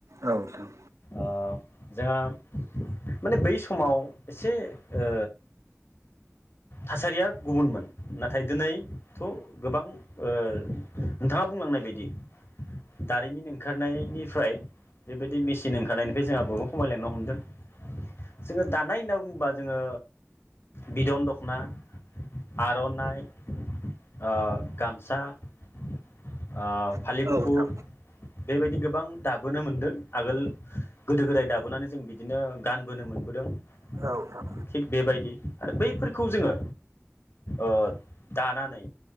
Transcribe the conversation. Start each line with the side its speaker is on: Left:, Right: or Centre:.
Right: औ नोंथां।
Left: ओ जोंहा माने बै समाव एसे ओ थासारिया गुबुनमोन । नाथाय दिनैथ' गोबां ओ नोंथांङा बुंलांनाय बायदि दारिमिन ओंखारनायनिफ्राय बेबायदि मेसिन ओंखारनायनिफ्राय जोंहा बहुद खमायलांनो हमदों जोंङो दानाय होनना बुंङोबा जोंङो बिदन दख ना आर'नाइ ओ गामसा ओ फालिगुफुर
Right: नोंथां
Left: बेबायदि गोबां दाबोनो मोनदों आगोल गोदो गोदाय दाबोनानै जों बिदिनो गानबोनो मोनबोदों ।
Right: औ नोंथां
Left: थिक बेबायदि आरो बैफोर खौ जोंङो ओ दानानै